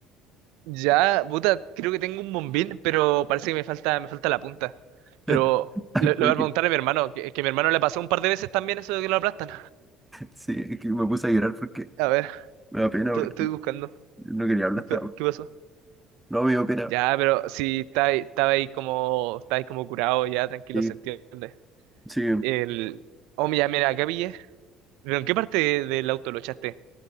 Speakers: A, on the right; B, in the centre.
A: ya, puta, creo que tengo un bombín, pero parece que me falta, me falta la punta.
B: <laughs>
A: Pero
B: <laughs> Ay,
A: lo,
B: pero
A: lo voy a
B: que,
A: preguntar a mi hermano, que, que a mi hermano le pasó un par de veces también eso de que lo aplastan.
B: sí, es que me puse a llorar porque
A: A ver,
B: me da pena,
A: tu-
B: porque
A: estoy buscando.
B: no quería hablar
A: Espe-
B: hasta ahora.
A: ¿Qué pasó?
B: No, me dio pena.
A: Ya, pero sí, está ahí- estaba ahí como, estaba ahí como curado, ya, tranquilo,
B: Sí,
A: se entiende.
B: sí.
A: El, oh, mira, mira, acá pillé. ¿Pero en qué parte de- del auto lo echaste?